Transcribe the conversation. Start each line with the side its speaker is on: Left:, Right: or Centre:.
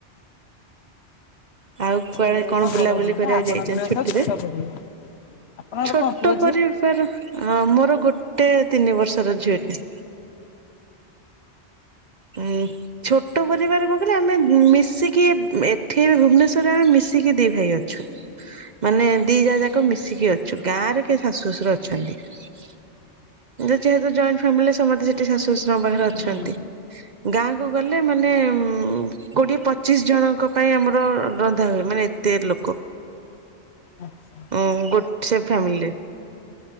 Right: ଆଉ କୁଆଡେ
Left: ଆମର
Right: କଣ
Left: ତ
Right: ବୁଲା
Left: ବଡ
Right: ବୁଲି
Left: ନୁହେଁ
Right: କରିବାକୁ
Left: ନା ଆପଣଙ୍କର
Right: ଯାଇଛ ଛୁଟିରେ?
Left: ତ ଛୋଟ ପରିବାର। ଆପଣଙ୍କର
Right: ଛୋଟ
Left: କଣ ପୁଅ ଝିଅ?
Right: ପରିବାର ହଁ ମୋର ଗୋଟେ ତିନି ବର୍ଷ ର ଝିଅଟିଏ। ଏ ଛୋଟ ପରିବାର କଣ କହିଲେ ଆମେ ମିଶି କି ଏ ଏଠି ବି ଭୁବନେଶ୍ୱରରେ ଆମେ ମିଶିକି ଦି ଭାଇ ଅଛୁ। ମାନେ ଦି ଯାଆ ଯାକ ମିଶିକି ଅଛୁ ଗାଁରେ କିଏ ଶାଶୁ ଶଶୁର ଅଛନ୍ତି। ଯ-ଯେହେତୁ ଯଏଣ୍ଟ ଫ୍ୟାମିଲିରେ ସମସ୍ତେ ସେଠି ଶାଶୁ ଶ୍ୱଶୁରଙ୍କ ପାଖରେ ଅଛନ୍ତି।
Left: ହୁଁ ହୁଁ
Right: ଗାଁ କୁ ଗଲେ ମାନେ ଉଁ କୋଡିଏ ପଚିଶ୍ ଜଣଙ୍କ ପାଇଁ ଆମର ର-ରନ୍ଧା ହୁଏ। ମାନେ ଏତେ ଲୋକ।
Left: ଆଚ୍ଛା
Right: ହୁଁ ଗୋଟ ସେ ଫ୍ୟାମିଲି।